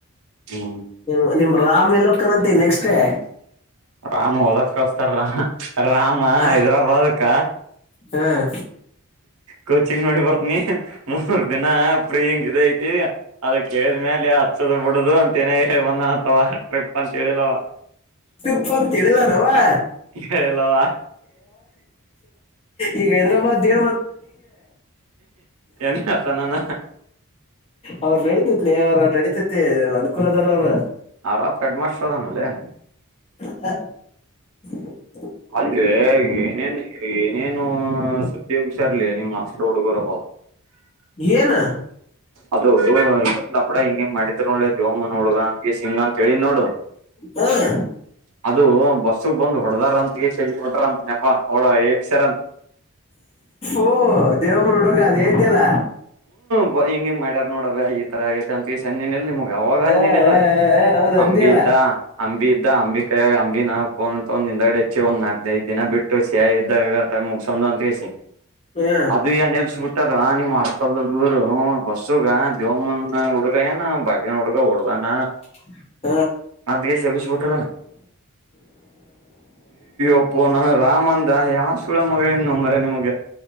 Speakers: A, on the right; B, on the left.
A: ಹ್ಮ್
B: ನೀ ನಿಮ ರಾಮ್ ಎಲ್ಲಕ್ಕನಂತ ನೆಕ್ಸ್ಟ್ ಡೇ
A: ರಾಮ ಹಓದಕ್ಕಸ್ತಾರ ರಾಮ ರಾಮ
B: ಹ
A: ಹೈದ್ರಾಬಾದ್ಕ
B: ಹ
A: ಕೋಚಿಂಗ್ ನೋಡಿ ಬರ್ತನಿ ಮೂ ಮೂರ್ ದಿನ ಫ್ರೀ ಹಿಂಗ ಇದ ಐತಿ ಅದ ಕೇಳಿದ ಮೇಲೆ ಹಚ್ಚದ ಬಿಡುದು ಅಂತೇನೆ ಒಂದ ಅಥವಾ ಟ್ರಿಪ್ ಅಂತ ಹೇಳಿಲ್ಲವ
B: ತುಪ್ಪಂತವಿಲ್ಲಾನವಾ
A: ಹೇಳಿಲ್ಲವ
B: ಈಗ ಹೈದರಾಬಾದ್ ಏ
A: ನು ಅಸಾನಾನ
B: ಅವ್ರ ನಡತತ್ಲಿ ಅವ್ರ ನಡತತಿ ಅನುಕೂಲದರ ಅವ್ರ
A: ಆ ರಾತ್ ಕಟ್ ಮಾಸ್ಟರ್ ಅದಾನಲ್ಲೇ
B: ಹ
A: ಅದೆ ಏನೇನ್ ಏ ಏನು ಸುದ್ದಿ ಒಬ್ಸರ್ಲಿ ನಿಮ್ಮ ಅಷ್ಟ್ರ ಹುಡುಗರ
B: ಇನಾ
A: ಅದು ಇದ್ರಪಡಾ ಹಿಂಗ ಹಂಗ ಮಾಡಿದ್ರರು ನೋಳ್ಳೆ ದೇವಮ್ಮನ ಹುಳಗ ಅಂತ ಸಿಂಗ ಅಂತ ಹೇಳಿದ್ ನೋಡು
B: ಹ್ಮ
A: ಅದು ಬಸ್ಸಗ್ ಬಂದ್ ಹೊಡದಾರ ಅಂತಗೆ ಹೊಟಾರ ಅಂತ ನೆಪ ಅವಳ ಎಸಾರಂತ
B: ಓಹ ದೇವಮುರು ಹುಡುಗ ಅದ ತಲ್ಲ
A: ಹಿಂಗ ಹಿಂಗ ಮಾಡ್ಯಾರ್ ನೋಡಬ ಈ ತರ ಆಗೇತೆ ಅಂತ ಫೀ ಹಜಿನಲ್ ನಿಮಗಾವಾಗ
B: ಹ
A: ಹಜಿನಲ್
B: ಹೌದ ಅಂದಿಯಲ್ಲ
A: ಅಂಬಿ ಇದ್ದ ಅಂಬಿ ಇದ್ದ ಅಂಬಿ ಕ ಅಂಬಿ ನಾಫೋನ್ ಒಂದ ಹಿಂದಗಡೆ ಹೆಚ್ಚಿ ಒ ನಾಕ ಐದ ದಿನ ಬಿಟ್ಟು ತು ಸಿಯ ಎ ಇದಟ ಮುಗಸಜ ಅಂತಸ
B: ಹ
A: ಅದು ಯ ನೆಪಸ್ ಬಿಟ್ಟಾರ ನಿಮ್ ಹಸ್ಪಲ್ ಹುಡರು ಬಸ್ಸುಗ ದೇವಮ್ಮನ್ ಹುಡುಗ ಏನ ಹ ಬಾಯನ ಹುಡುಗ ಹೊಓಡ್ದಾನ
B: <inaudible>
A: ಅಂತಗೆಸಬಿಸಬುಟರ ಅಪ್ಪ ನಾನ ರಾಮ ಅಂದ ಯಾವ ಸುಳ ಮಗಳ ಮ್ರ ನಿಮಗೆ